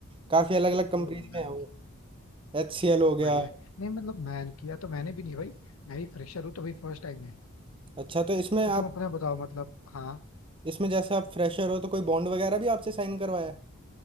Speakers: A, on the right; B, on the left.
A: काफ़ी अलग अलग कंपनीज
B: ओ
A: में
B: नाइस
A: है वो एचसीएल हो गया
B: बढ़िया है नहीं मतलब मैं किया तो मैंने भी नहीं भाई मैं भी फ्रेशर हूँ तो भाई फर्स्ट टाइम है
A: अच्छा तो इसमें
B: अरे
A: आप
B: तुम अपना बताओ मतलब हाँ
A: इसमें जैसे आप फ्रेशर हो तो कोई बॉन्ड वगैरह भी आपसे साइन करवाया है?